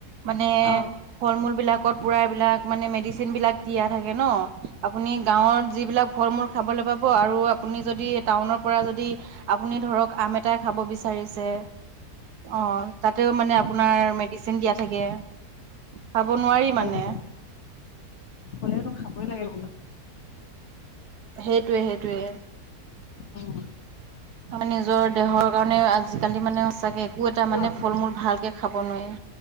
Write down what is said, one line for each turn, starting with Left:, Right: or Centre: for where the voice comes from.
Right: মানে
Left: অ
Right: ফল মূল বিলাকত পুৰা এইবিলাক মানে মেডিচিনবিলাক দিয়া থাকে ন, আপুনি গাঁৱত যিবিলাক ফল মূল খাবলে পাব আৰু আপ পুনি যদি টাউনৰ পৰা যদি আপুনি ধৰক আম এটাই খাব বিচাৰিছে অ', তাতেও মানে আপোনাৰ মেডিচিন দিয়া থাকে খাব নোৱাৰি
Left: হ'লে
Right: মানে।
Left: হ'লেওতো খাবই লাগে
Right: সেইটোৱে, সেইটোৱে।
Left: অ'
Right: আমি নিজৰ দেহৰ কাৰণে আজিকালি মানে সঁচাকে একো এটা মানে
Left: অ
Right: ফল মূল ভালকে খাব নোৱাই,